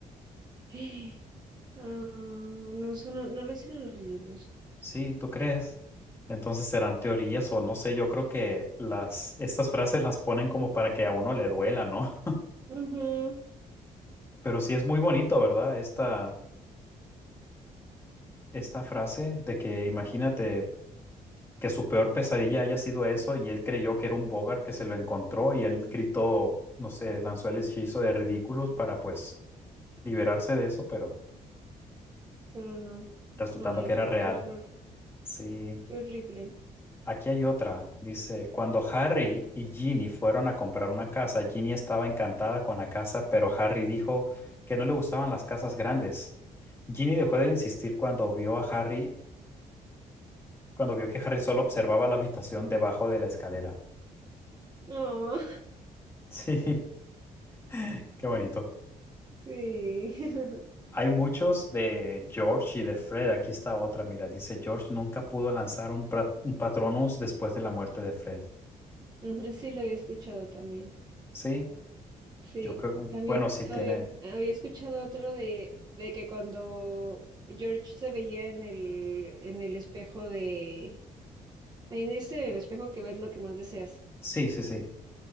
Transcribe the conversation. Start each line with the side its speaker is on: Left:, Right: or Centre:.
Right: <gasps> Ah, no, eso no, no lo hicieron en los libros.
Left: Sí, ¿tú crees? Entonces serán teorías o no sé, yo creo que las, estas frases las ponen como para que a uno le duela, ¿no?
Right: Ujú,
Left: Pero sí es muy bonito, ¿verdad? Esta, esta frase de que imagínate que su peor pesadilla haya sido eso y él creyó que era un Bogart que se lo encontró y él gritó, no sé, lanzó el hechizo de ridículos para pues liberarse de eso, pero
Right: Pero no.
Left: resultando
Right: Ay,
Left: que
Right: no,
Left: era real.
Right: qué horror.
Left: Sí.
Right: Qué horrible.
Left: Aquí hay otra. Dice, cuando Harry y Ginny fueron a comprar una casa, Ginny estaba encantada con la casa, pero Harry dijo que no le gustaban las casas grandes. Ginny dejó de insistir cuando vio a Harry cuando vio que Harry solo observaba la habitación debajo de la escalera.
Right: Oh,
Left: Sí, <laughs> qué
Right: <laughs>
Left: bonito.
Right: sí. <laughs>
Left: Hay muchos de George y de Fred. Aquí está otra, mira, dice George nunca pudo lanzar un, pra- un Patronus después de la muerte de Fred.
Right: Ujú, Sí, lo había escuchado también.
Left: Sí,
Right: Sí,
Left: yo creo,
Right: también
Left: bueno, sí
Right: había,
Left: tiene,
Right: había escuchado otro de, de que cuando George se veía en el, en el espejo de... ay, En este, el espejo que ves lo que más deseas.
Left: sí, sí, sí,